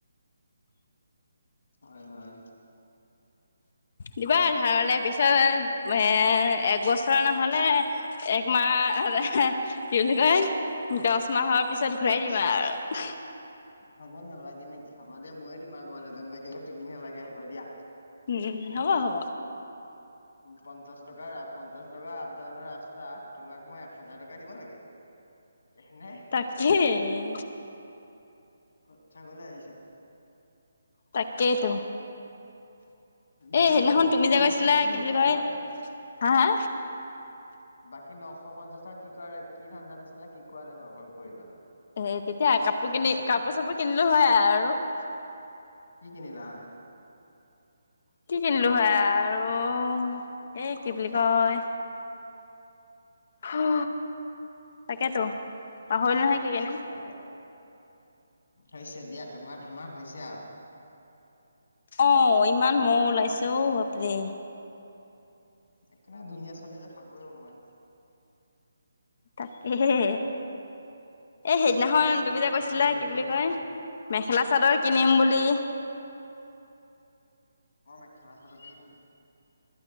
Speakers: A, on the left; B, on the left.
A: হয় হয়।
B: দিবা ধাৰলৈ পিছত এ একবছৰ নহলে একমাহ কি বুলি কয় দছ মাহৰ পিছত ঘূৰাই
A: এবছৰ
B: দিম আৰু।
A: হ'ব নালাগে নেকি হ'ব দিয়া ময়ে তোমাৰ ঘৰলৈ যাম লাগিলে তুমি নালাগে আহিব দিয়া।
B: উম হ'ব হ'ব।
A: পঞ্চাশ টকাৰ পঞ্চাশ টকা আপ ডাউনৰ ৰাস্তাত তোমাক মই এক হেজাৰ টকা দিব লাগে। হেনে।
B: তাকেই।
A: কথা কবলে আহিছা।
B: তাকেইতো।
A: বাকী
B: এ সেইদিনাখন
A: নশ
B: তুমি
A: পঞ্চাশ
B: যে কৈছিলা
A: টকা
B: কি বুলি
A: কৰা
B: কয়,
A: ধান্দা তোমাৰ?
B: হা হা?
A: বাকী নশ পঞ্চাশ টকা কি কৰা কি ধান্দাত আছিলা, কি <unintelligible> কৰিবানো?
B: এ তেতিয়া কাপোৰ কিনি কাপোৰ চাপোৰ কিনিলো হয় আৰু।
A: কি কিনিলা হয়?
B: কি কিনিলো হয় আৰু এ কি বুলি কয় হা, তাকেতো, পাহৰিলো নহয় কি কিনিম।
A: তাকে। হৈছে দিয়া তোমাৰ তোমাৰ হৈছে আৰু।
B: অ, ইমান মহ ওলাইছে ঔ বাপৰে।
A: একো নাই ধুনীয়া ছোৱালী যে খাবই অকমান।
B: তাকেহে, এ সেইদিনাখন
A: গম পাইছা
B: তুমি যে কৈছিলা
A: ধুনীয়া ছোৱালীক
B: কি বুলি
A: মই বেছি
B: কয়
A: খাই
B: মেখেলা চাদৰ কিনিম বুলি
A: মই মেখেলা চাদৰ <unintelligible>